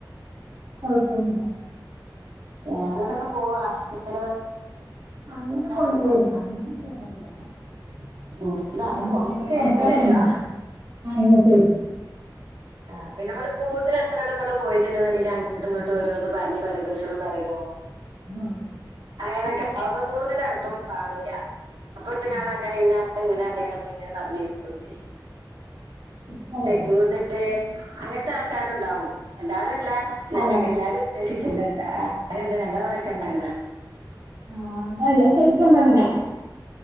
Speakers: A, on the right (about 45°); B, on the right (about 75°).
A: കുഴപ്പമില്ല
B: ഏ അങ്ങോട്ടൊക്കെ പോവാ അങ്ങനെ
A: അങ്ങനെ
B: <inaudible> <inaudible>
A: പോയില്ലേ ഇല്ല അങ്ങനെ <inaudible>
B: ഉം. ഇത് അങ്ങനെ പോ- നമുക്ക്
A: <inaudible>
B: ഇങ്ങോട്ട് വരുവാ ആ പിന്നെ നമ്മൾ കൂടുതൽ അങ്ങോട്ടും ഇങ്ങോട്ടും പോയിട്ടുണ്ടന്നുണ്ടെങ്കിൽ അങ്ങട്ടും ഇങ്ങോട്ടും ഓരോന്ന് പറഞ്ഞ് പരദൂഷണം പറയല്ലോ
A: ആ
B: അങ്ങനൊക്കെ ആവുമ്പോ കൂടുതൽ അടുപ്പം പാടൂല്ല അപ്പോൾ
A: ആ, ആ.
B: അങ്ങനെ ഇ ഇങ്ങനെ അത നമ്മൾ ഇങ്ങനെ പറഞ്ഞിരിക്കുകയും ചെയ്യും.
A: അതെ അതെ
B: കൂടുതൽ അങ്ങനത്തെ ആൾക്കാർ ഉണ്ടാകും എല്ലാവ
A: അതെ
B: ഞാൻ അങ്ങനെ
A: അതെ
B: എല്ലാവരെയും ഉദ്ദേശിച്ചിട്ടല്ലട്ട അങ്ങനെ ഉണ്ട് ഞങ്ങളവിടൊക്കെ ഉണ്ട് ഇങ്ങനെ
A: ആ <inaudible> <inaudible>